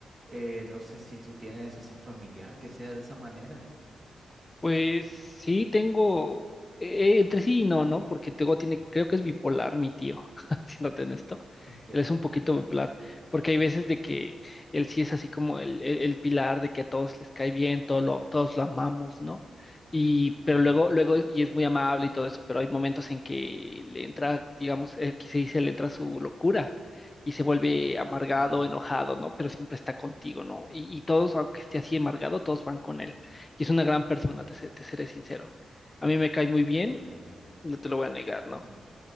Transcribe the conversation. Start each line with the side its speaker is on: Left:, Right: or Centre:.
Right: Eh, no sé si tú tienes así un familiar que sea de esa manera.
Left: Pues sí, tengo eh, entre sí y no, ¿no? Porque tengo, tiene, creo que es bipolar mi tío, <laughs> siéndote en esto.
Right: Ok.
Left: Él es un poquito bipolar, porque hay veces de que él sí es así como el, el, el pilar de que a todos les cae bien, todo lo, todos lo amamos, ¿no? Y,
Right: Ujú,
Left: pero luego, luego, es- y es muy amable y todo eso, pero hay momentos en que le entra, digamos, eh, que se dice, le entra su locura y se vuelve amargado,
Right: ujú.
Left: enojado, ¿no? Pero siempre está contigo, ¿no? Y, y todos, aunque esté así amargado, todos van con él. Y es una gran persona, te, se- te seré sincero. A mí me cae muy bien,
Right: Que-
Left: no te lo voy a negar, ¿no?
Right: Ujú,